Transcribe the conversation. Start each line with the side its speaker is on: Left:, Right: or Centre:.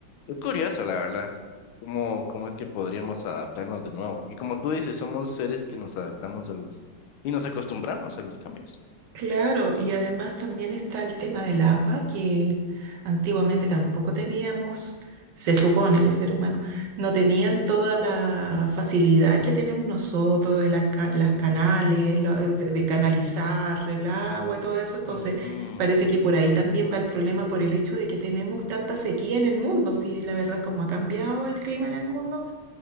Left: Es curioso, la verdad, cómo, cómo es que podríamos adaptarnos de nuevo, porque como tú dices, somos seres que nos adaptamos a los y nos acostumbramos a los cambios.
Right: Claro, y además también está el tema del agua, que antiguamente
Left: Sí.
Right: tampoco teníamos, se supone los seres humanos, no tenían toda la facilidad que tenemos nosotros de las, ca- las canales, lo- eh, de, de canalizar el agua y todo eso. Entonces,
Left: Ujú,
Right: parece que por ahí también va el problema por el hecho de que tenemos tanta sequía en el mundo. Si la verdad es como ha cambiado el clima en el mundo.